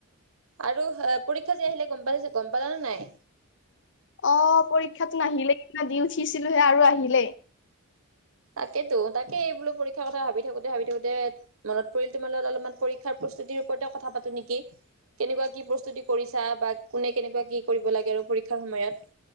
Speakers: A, on the right; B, on the left.
A: আৰু পৰীক্ষা যে আহিলে গম পাইছ গম পালানে নাই?
B: অ পৰীক্ষাতো আহিলেই সৈইদিনা দি উঠিছিলোহে আৰু আহিলেই
A: তাকেতো তাকে এই বোলো পৰীক্ষাৰ কথা ভাবি থাকোতে ভাবি থাকোতে মনত পৰি তোমাৰ অলপমান পৰীক্ষাৰ প্ৰস্তুতি ৰ ওপৰতে কথা পতো নেকি, কেনেকুৱা কি প্ৰস্তুতি কৰিছা বা কোনে কেনেকুৱা কি কৰিব লাগে আৰু পৰীক্ষা সেই সময়ত